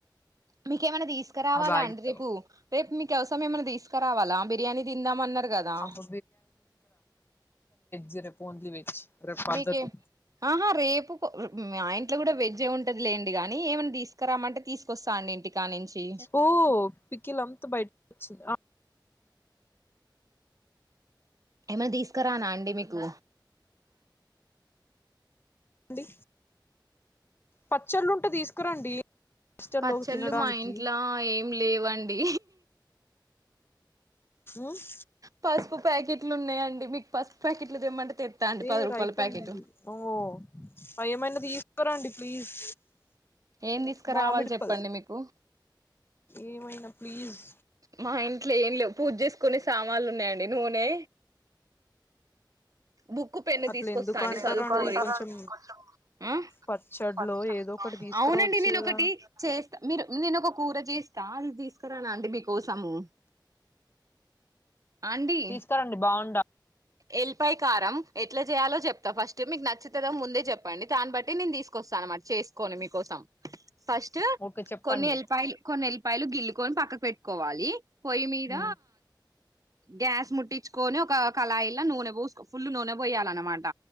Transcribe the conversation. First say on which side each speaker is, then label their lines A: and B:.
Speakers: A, on the right; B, on the left.
A: మీకేమన్నా తీ తీస్కరావాలా
B: ఆ బ్యాగ్
A: అండి
B: ఇత్తావా
A: రేపు మీ కోసం ఏమై తీసుకో రావాలా బిర్యానీ తిందామన్నారు కదా
B: అబ్బ జ రేపు ఓన్లీ వెజ్ రేపు పద్ధతి
A: మీకే ఆహా రేపు మా ఇంట్లో కూడా వెజ్జె ఉంటది లేండి కానీ ఏమన్నా తీసుకురామంటే తీసుకొస్తా అండి ఇంటికానుంచి
B: ఓ పికిల్ అంతా బయట వచ్చింది
A: ఏమనా తీసుకురానా అండి మీకు
B: అండి పచ్చళ్ళుంటే తీసుకురండి హాస్టల్లో
A: పచ్చళ్ళు
B: తినడానికి
A: మా ఇంట్లో ఏం లేవండి
B: ఉమ్
A: పసుపు ప్యాకెట్లు ఉన్నయండి మీ పసుపు ప్యాకెట్లు తెమ్మంటే తెత్తా అండి
B: ఏ
A: పది రూపాయల
B: రైపయింది
A: ప్యాకెట్
B: ఓ అ ఏమైనా తీసుకురాండి ప్లీజ్
A: ఏం తీసుకురావాలి
B: మామిడిపల్
A: చెప్పండి మీకు
B: ఏమైనా ప్లీజ్
A: మా ఇంట్లో ఏం లేవు పూజ చేసుకునే సామాన్లు ఉన్నాయండి నూనె బుక్ పెన్ను
B: అట్ల
A: తీసుకొస్తా
B: ఎందుకు
A: అండి
B: అంటారండి
A: చదుకో <unintelligible>
B: కొంచెం పచ్చడ్లో ఏదో ఒకటి తీసుకురావచ్చు
A: అవునండి నేను
B: కదా
A: ఒక ఒకటి చేస్తా మీరు నేను ఒక కూర చేస్తా అది తీసుకురాను అంటడి మీకోసము ఆడి
B: తీసుకురండి బాగుండ
A: ఎల్ పై కారం ఎట్లా చేయాలో చెప్తా ఫస్ట్ మీకు నచ్చిత ముందే చెప్పండి దాన్ని బట్టి నేను తీసుకొస్తానునమాట చేసుకోొని మీకోసం ఫస్ట్
B: ఓకే చెప్పండి
A: కొన్ని ఎల్లిపాయలు కొన్ని ఎల్లిపాయలు గిల్లు కొని పక్క పెట్టుకోవాలి పొయ్యి మీద
B: ఉమ్
A: గ్యాస్ ముట్టించుకొని ఒక కళాయిలా నూనె పూసి ఫుల్లు నూనె పోయాలన్నమాట